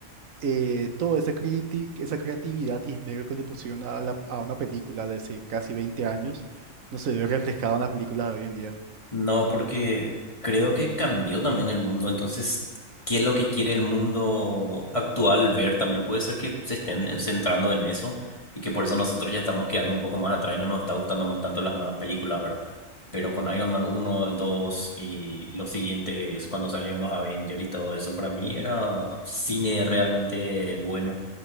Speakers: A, on the right; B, on the left.
A: eh, toda esa, creati- esa creatividad y esmero que le pusieron a, la- a una película de hace casi 20 años no se ve reflejado en las películas de hoy en día.
B: No, porque creo que cambió también el mundo. Entonces, ¿qué es lo que quiere el mundo actual ver? También puede ser que se estén centrando en eso y que por eso nosotros ya estamos quedando un poco más atrás y no nos está gustando más tanto las nuevas películas, ¿verdad? Pero con Iron Man uno, el 2 y los siguientes, cuando salieron los Avengers y todo eso, para mí era cine realmente bueno,